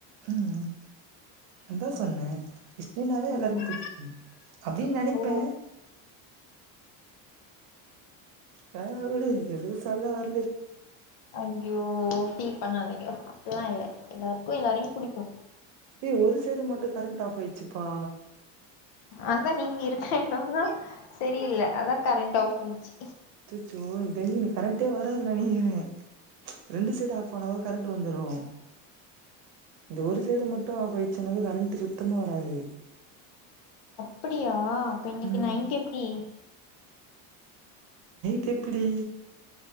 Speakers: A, on the right; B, on the left.
A: ம் அந்தா சொன்ன விஷ்ணுனாலே
B: ம்
A: எல்லாருக்கு புடிக்கும் அப்டின்னு நெனைப்பேன்
B: ஓ
A: வேணா வுடு எதுவு சொல்ல வர
B: ஐயோ ஃபீல் பண்ணாதீங்க அப்பில்லா இல்ல எல்லாருக்கு எல்லாரையு புடிக்கு
A: ஏய் ஒரு சைடு மட்டு கரண்ட் ஆஃப் ஆய்ச்சிப்பா
B: அதா நீங்க இருக்கற எடந்தான் சரியில்ல அதான் கரண்ட் ஆஃப் ஆயிடுச்சி
A: அச்சசோ எனக்கு தெரிஞ்சி இன்னக்கி கரண்ட்டே வராது நெனக்கிரேன் ரெண்டு சைடும் ஆஃப் ஆன கரண்ட் வந்துரு இந்த ஒரு சைடு மட்டு ஆஃப் ஆயிச்சுனாவே கரண்ட் சுத்தமா வராது
B: அப்டியா அப்ப இன்னைக்கு
A: ம்
B: நைட் எப்டி
A: தெப்டி